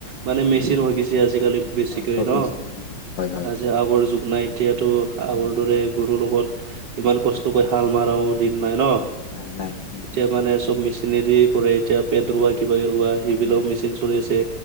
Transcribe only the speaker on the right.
মানে মেচিন
হৈ গৈছি আজিকালি বেছিকৈ
ন
আজি আগৰ যুগ নাই। এতিয়াতো আগৰ
দৰে গৰুৰ লগত ইমান কষ্ট কৰি হাল মাৰও দিন নাই ন।
এতিয়া মানে চব মেচিনেদি কৰে। এতিয়া পেট ৰুৱ। কিবাকে ৰুৱা হেইবিলাও
মেচিন চলি আছে।